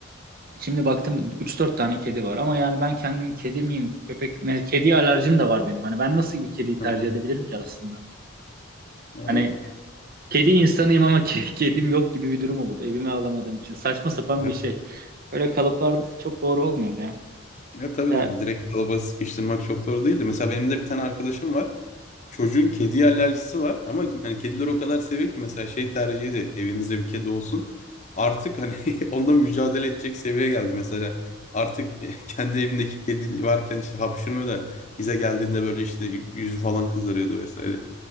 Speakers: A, on the right; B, on the left.
A: Şimdi baktım üç dört tane kedi var ama yani ben kendim kedi miyim, köpek mi? Kediye alerjim de var benim. Hani ben nasıl bir kediyi tercih
B: Ha.
A: edebilirim ki aslında?
B: Ya
A: Hani
B: doğru.
A: kedi insanıyım ama <laughs> ke- kedim yok gibi bir durum olur. Evime alamadığım için. Saçma sapan
B: Ya,
A: bir şey. Öyle kalıplar çok doğru olmuyor ya.
B: ya tabii
A: Ya,
B: tabii direkt kalıba sıkıştırmak çok doğru değil de mesela benim de bir tane arkadaşım var. Çocuğun kedi alerjisi var ama hani kedileri o kadar seviyor ki mesela şey tercih ediyor evimizde bir kedi olsun. Artık hani <laughs> onunla mücadele edecek seviyeye geldi mesela. Artık <laughs> kendi evindeki kedi varken işte hapşırmıyor da bize geldiğinde böyle işte yüzü falan kızarıyordu vesaire.